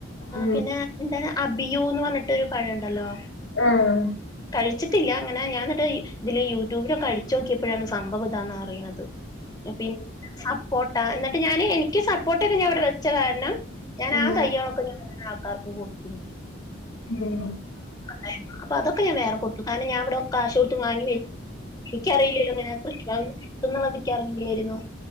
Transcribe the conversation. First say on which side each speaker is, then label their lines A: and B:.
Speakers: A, on the left; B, on the left.
A: ഉം
B: പിന്നെ എന്താണ് അബിയുന്ന് പറഞ്ഞിട്ട് ഒരു പഴണ്ടല്ലോ
A: ആഹ്
B: കഴിച്ചിട്ടില്ല ങ്ങനെ ഞാനിട്ട് ഇതില് യൂട്യൂബിലൊക്കെ അടിച്ചു നോക്കിയപ്പോഴാണ് സംഭവം ഇതാന്ന് അറിയുന്നത് പിന്നെ സപ്പോർട്ടാ എന്നിട്ട് ഞാന് എനിക്ക് സ പ്പോൊട്ടൊക്കെ ഞാൻ ഇവിടെ വെച്ച കാരണം ഞാൻ
A: ഉം
B: ആഹ് ത യ്യളൊക്കെ ഞ ആൾക്കാർക്ക് കൊടുകും ചെയ്യും
A: ഉം
B: ടായിരിന്നു അപ്പൊ അത് ഒക്കെ ഞാൻ വറെ കൊടുത്തു കാരണംഞാന്നിവിടെ കാശ്ടുത്ത് വാങ്ങി. എനിക്കറിയില്ലല്ലോ അങ്ങന കൃഷി ഭവൻന്ന് കിട്ടുംന്നുള്ളത് ക്കറിയില്ലായിരുന്നു.